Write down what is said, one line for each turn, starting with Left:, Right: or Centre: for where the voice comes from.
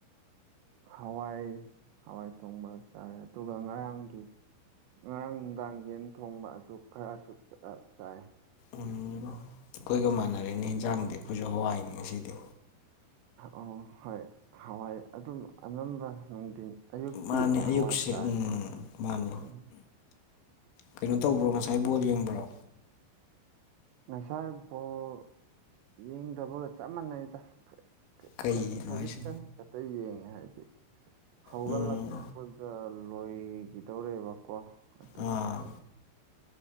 Right: ꯍꯋꯥꯏ ꯍꯋꯥꯏ ꯊꯣꯡꯕ ꯆꯥꯔꯦ ꯑꯗꯨꯒ ꯉꯔꯥꯡꯒꯤ ꯉꯔꯥꯡ ꯅꯨꯡꯗꯥꯡ ꯌꯦꯟ ꯊꯣꯡꯕ ꯑꯗꯨ ꯈꯔꯁꯨ ꯆꯥꯏ
Left: ꯎꯝ ꯑꯩꯈꯣꯏꯒ ꯃꯥꯟꯅꯔꯦꯅꯦ ꯍꯟꯖꯥꯡꯗꯤ ꯑꯩꯈꯣꯏꯁꯨ ꯍꯋꯥꯏꯅꯤ ꯉꯁꯤꯗꯤ
Right: ꯑꯣ ꯍꯣꯏ ꯍꯋꯥꯏ ꯑꯗꯨꯝ ꯑꯅꯝꯕ ꯅꯨꯡꯗꯤꯟ ꯑꯌꯨꯛꯇꯤ
Left: ꯃꯥꯅꯦ ꯑꯌꯨꯛꯁꯦ
Right: ꯍꯋꯥꯏ ꯆꯥꯏ
Left: ꯎꯝ ꯃꯥꯅꯦ
Right: ꯎꯝ
Left: ꯀꯩꯅꯣ ꯇꯧꯕ꯭ꯔꯣ ꯉꯁꯥꯏ ꯕꯣꯜ ꯌꯦꯡꯕ꯭ꯔꯣ
Right: ꯉꯁꯥꯏ ꯕꯣꯜ ꯌꯦꯡꯗꯕꯒ ꯆꯞ ꯃꯥꯟꯅꯩꯗ ꯈ
Left: ꯀꯩꯅꯣ
Right: ꯈ ꯈꯖꯤꯛꯇꯪ
Left: ꯍꯥꯏꯁꯦ
Right: ꯈꯛꯇ ꯌꯦꯡꯉꯦ ꯍꯥꯏꯗꯤ ꯍꯧꯒꯠꯂꯛꯄꯒ
Left: ꯎꯝ
Right: ꯂꯣꯏꯒꯤꯗꯧꯔꯦꯕ ꯀꯣ ꯑꯗꯨꯒꯤ
Left: ꯑꯥ